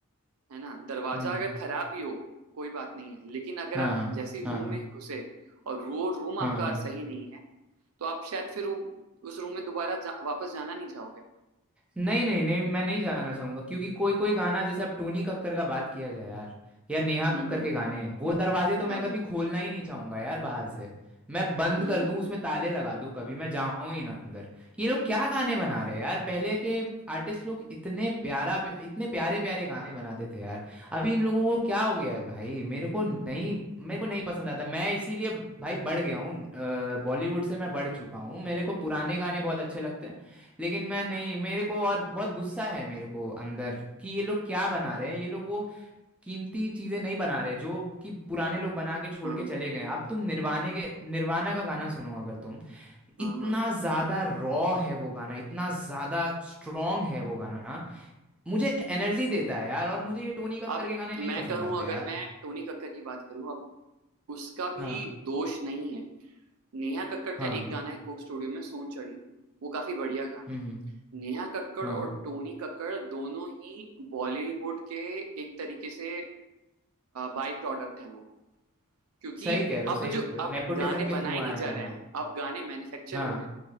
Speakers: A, on the right; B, in the centre.
A: है ना दरवाजा
B: हम्म
A: अगर खराब भी हो कोई बात नहीं है लेकिन अगर
B: हाँ
A: आप
B: हाँ
A: जैसे ही रूम
B: हाँ हाँ
A: में घुसे और वो रूम आपका
B: हाँ हाँ
A: सही नहीं है तो आप शायद फिर उ, उस रूम में दोबारा जा, वापस जाना नहीं चाहोगे
B: नहीं नहीं नहीं मैं नहीं जाना चाहूंगा क्योंकि कोई कोई गाना जैसे अब टोनी कक्कर का बात किया जाए यार या नेहा
A: हम्म
B: कक्कर
A: हम्म,
B: के गाने वो दरवाजे तो मैं
A: गाने
B: कभी खोलना ही नहीं चाहूंगा यार बाहर से मैं बंद
A: हम्म
B: कर
A: हम्म
B: दूं उसमें ताले लगा दूं कभी मैं जाऊं ही ना अंदर ये लोग क्या गाने बना रहे हैं यार पहले के आर्टिस्ट लोग इतने प्यारा इतने प्यारे प्यारे गाने बनाते थे यार अभी इन लोगों को क्या हो गया है भाई मेरे को नहीं मेरे को नहीं पसंद आता मैं इसीलिए भाई बढ़ गया हूँ अ, बॉलीवुड से मैं बढ़ चुका हूँ मेरे को पुराने गाने बहुत अच्छे लगते हैं लेकिन मैं नहीं मेरे को और बहुत गुस्सा है मेरे को अंदर कि ये लोग क्या बना रहे हैं ये लोग वो कीमती चीजें नहीं बना रहे जो कि पुराने लोग बना के छोड़
A: हाँ
B: के चले गए हैं। अब तुम निर्वाणे के निर्वाणा का गाना सुनो अगर तुम
A: हाँ
B: इतना
A: हाँ
B: ज्यादा रॉ है वो गाना इतना ज्यादा स्ट्रॉन्ग है वो गाना मुझे एनर्जी देता है यार और मुझे ये टोनी कक्कर
A: अब
B: के गाने नहीं
A: मैं
B: पसंद
A: कहूं
B: आते
A: अगर
B: यार
A: मैं टोनी कक्कड़ की बात करूं अब उसका भी
B: हाँ
A: दोष नहीं है नेहा कक्कड़ का
B: हाँ
A: एक
B: हाँ
A: गाना है कोक स्टूडियो में सोन चढ़ी वो काफी बढ़िया गाना
B: हम्म
A: है
B: हम्म,
A: नेहा कक्कड़
B: हाँ
A: और
B: हाँ
A: टोनी कक्कड़ दोनों ही बॉलीवुड के एक तरीके से बाई प्रोडक्ट हैं वो क्योंकि
B: सही कह रहे
A: अब
B: हो सही
A: जो
B: कह रहे
A: अब
B: हो नेपोटिज्म
A: गाने
B: के
A: बनाए
B: थ्रू
A: नहीं
B: आए हैं
A: जा
B: वो
A: रहे
B: लोग
A: हैं अब गाने मैन्युफैक्चर
B: हाँ
A: हो रहे हैं